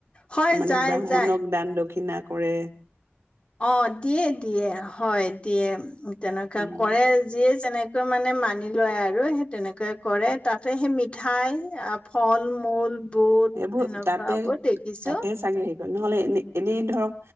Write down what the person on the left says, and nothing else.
হয়
যায়
যায়
অ দিয়ে দিয়ে হয় দিয়ে তেনেকুৱা
কৰে যিয়ে যেনে মানে মানি লয় আৰু সেই তেনেকৈ কৰে তাতে সেই মিঠাই আ ফল-মূল বহুত
এনেকুৱা
বহুত দেখিছো